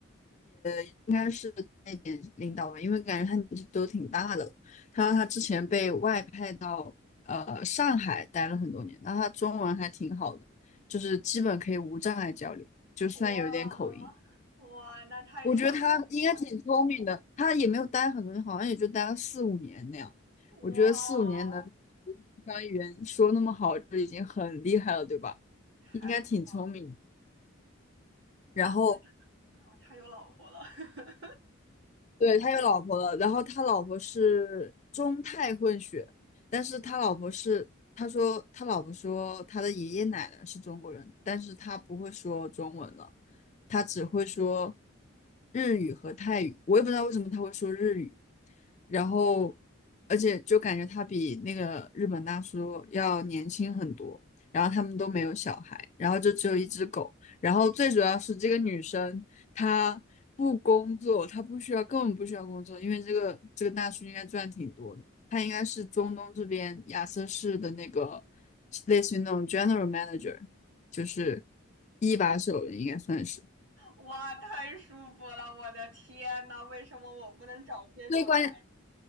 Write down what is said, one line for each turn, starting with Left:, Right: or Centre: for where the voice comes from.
Left: 应该是那点领导吧，因为感觉他年纪都挺大的了。他说他之前被外派到呃上海待了很多年，那他中文还挺好的，就是基本可以无障碍交流，就算有一点口音。
Right: 哇哇，那太爽了！
Left: 我觉得他应该挺聪明的，他也没有待很多年，好像也就待了四五年那样。我觉得四五年能
Right: 哇，
Left: 把语言说那么好，就已经很厉害了，对吧？
Right: 太爽了
Left: 应该挺聪明。
Right: 那那他哦，
Left: 然后
Right: 他有老婆了，<laughs>
Left: 对，他有老婆了，然后他老婆是中泰混血，但是他老婆是，他说他老婆说他的爷爷奶奶是中国人，但是他不会说中文了，他只会说日语和泰语，我也不知道为什么他会说日语，然后而且就感觉他比那个日本大叔要年轻很多。然后他们都没有小孩，然后就只有一只狗。然后最主要是这个女生她不工作，她不需要，根本不需要工作，因为这个这个大叔应该赚挺多的。他应该是中东这边亚瑟士的那个类似于那种 general manager，就是一把手了，应该算是。
Right: 哇，太舒服了！我的天呐，为什么我不能找这种男
Left: 最关